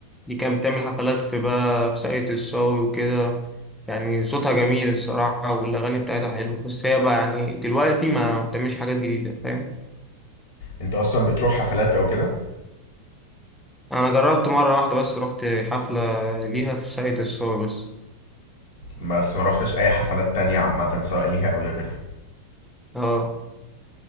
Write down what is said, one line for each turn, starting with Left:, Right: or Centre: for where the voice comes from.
Centre: دي كانت بتعمل حفلات في بقى في ساقية الصاوي وكده يعني صوتها جميل الصراحة والأغاني بتاعتها حلوة بس هي بقى يعني دلوقتي ما بتعملش حاجات جديدة فاهم
Left: انت اصلا بتروح حفلات او كده
Centre: أنا جربت مرة واحدة بس رحت حفلة ليها في ساقية الصاوي بس
Left: بس ما روحتش اي حفلات تانية عامه سواء ليها او لغيرها
Centre: اه